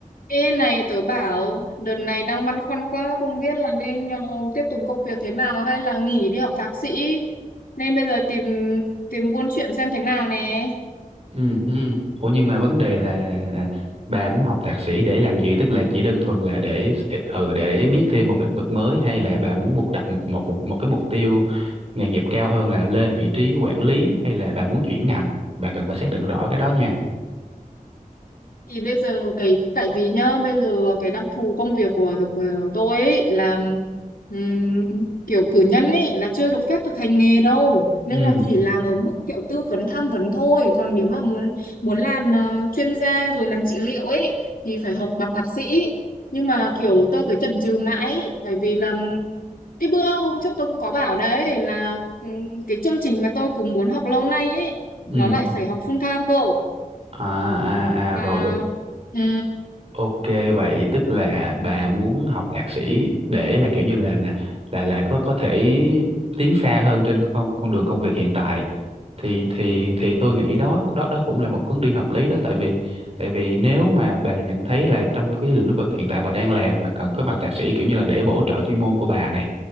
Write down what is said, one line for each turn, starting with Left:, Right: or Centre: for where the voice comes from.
Left: Ê này tớ bảo đợt này đang băn khoăn quá không biết là nên ờ, tiếp tục công việc thế nào hay là nghỉ đi học thạc sĩ nên bây giờ tìm tìm buôn chuyện xem thế nào nè
Right: Ừ. ừ. Ủa nhưng mà vấn đề là bà muốn học thạc sĩ để làm gì? Tức là chỉ đơn thuần là để ừ để biết thêm một lĩnh vực mới hay là bà muốn một đặt một một một, một cái mục tiêu nghề nghiệp cao hơn là lên vị trí quản lý hay là bà muốn chuyển ngành? Bà cần phải xác định rõ cái đó nha.
Left: Thì bây giờ cái tại vì nhá bây giờ cái đặc thù công việc của, của tôi ấy là ừm, kiểu cử nhân ấy là chưa được phép thực hành nghề đâu nên
Right: Ừ.
Left: là chỉ làm ở mức kiểu tư vấn tham vấn thôi còn nếu mà muốn muốn làm ờ, chuyên gia rồi làm trị liệu ấy thì phải học bằng thạc sĩ nhưng mà kiểu tôi cứ chần chừ mãi ấy, tại vì là cái bữa hôm trước tôi cũng có bảo đấy là ừm, cái chương trình mà tôi cứ muốn học lâu nay ấy
Right: Ừ.
Left: nó lại phải học full time cơ
Right: À à
Left: mà
Right: à rồi
Left: Ừ.
Right: Ok vậy tức là bà muốn học thạc sĩ để là kiểu như là là là, là có có thể tiến xa hơn trên con con đường công việc hiện tại thì thì thì tôi nghĩ đó đó đó cũng là một hướng đi hợp lý đó tại vì tại vì nếu mà bà nhận thấy là trong cái lĩnh vực hiện tại bà đang làm mà cần có bằng thạc sĩ kiểu như là để bổ trợ chuyên môn của bà này